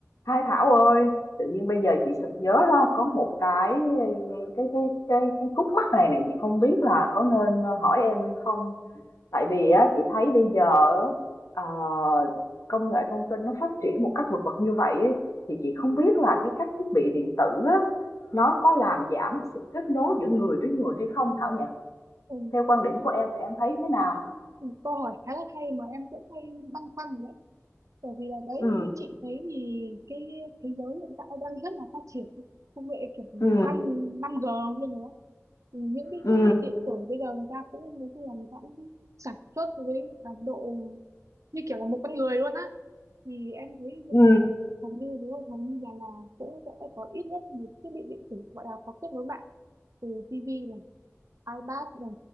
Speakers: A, on the left; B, on the right.
A: Hai Thảo ơi, tự nhiên bây giờ chị sực nhớ ra có một cái cái cái cái cái khúc mắc này này chị không biết là có nên hỏi em hay không. Tại vì á chị thấy bây giờ á, ờ, công nghệ thông tin nó phát triển một cách vượt bậc như vậy ấy, thì chị không biết là cái các thiết bị điện tử á nó có làm giảm cái sự kết nối giữa người với người hay không Thảo nhỉ?
B: Ừ.
A: Theo quan điểm của em thì em thấy thế nào?
B: ừ, Câu hỏi khá là hay mà em cũng hay băn khoăn đấy bởi vì là đấy
A: ừ
B: như chị thấy thì cái thế giới hiện tại đang rất là phát triển công nghệ kiểu
A: ừ
B: năm năm g như thế Ừ, những cái
A: ừ
B: thiết bị điện tử bây giờ người ta cũng nói chung là người ta cũng sản xuất với là độ như kiểu là một con người luôn á thì em thấy bây
A: ừ
B: giờ hầu như đúng không hầu như là, là cũng sẽ có ít nhất một thiết bị điện tử gọi là có kết nối mạng từ tivi iPad này